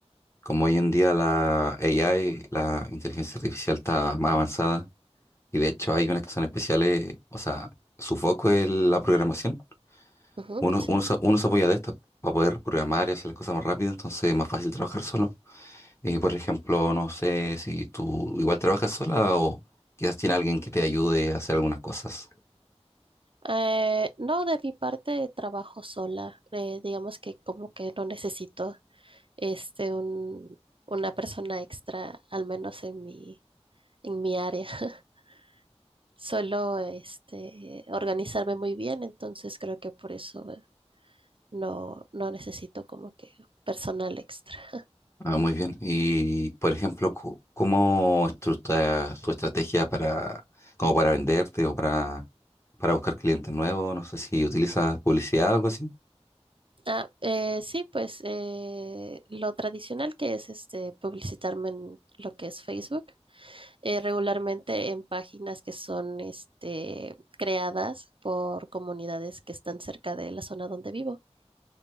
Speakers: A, on the left; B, on the right.
A: como hoy en día la AI, la inteligencia artificial está
B: Ujú.
A: más avanzada Y de hecho hay unas que son especiales, o sea, su foco es la programación.
B: Ujú,
A: Uno,
B: sí.
A: uno, se- uno se apoya de estas para poder programar y hacer las cosas más rápido, entonces es más fácil trabajar solo. Y por ejemplo, no sé si tú igual trabajas sola o quizás tiene alguien que te ayude a hacer algunas cosas.
B: Eh, no, de mi parte trabajo sola. eh, digamos que como que no necesito este un, una persona extra, al menos en mi, en mi área. <laughs> Suelo este, organizarme muy bien, entonces creo que por eso no, no necesito como que personal extra. <laughs>
A: Ah, muy bien. Y por ejemplo, cu- ¿cómo es tu, estra- tu estrategia para, como para venderte o para, para buscar clientes nuevos? No sé si utilizas publicidad o algo así.
B: Ah, eh, sí, pues eh, lo tradicional que es este, publicitarme en lo que es Facebook, eh, regularmente en páginas que son este, creadas por comunidades que están cerca de la zona donde vivo.